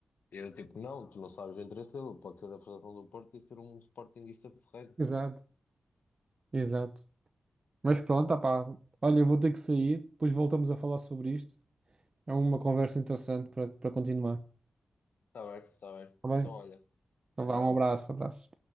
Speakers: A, on the left; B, on the right.
A: E eu tipo, não, tu não sabes o interesse dele, pode ser da Federação do Porto e ser um sportinguista ferreiro.
B: exato, exato. Mas pronto, opá. Olha, eu vou ter que sair, depois voltamos a falar sobre isto. É uma conversa interessante para para continuar.
A: Está bem, está bem.
B: Tá bem?
A: Então, olha,
B: Então
A: abraço.
B: vá, um abraço, abraço.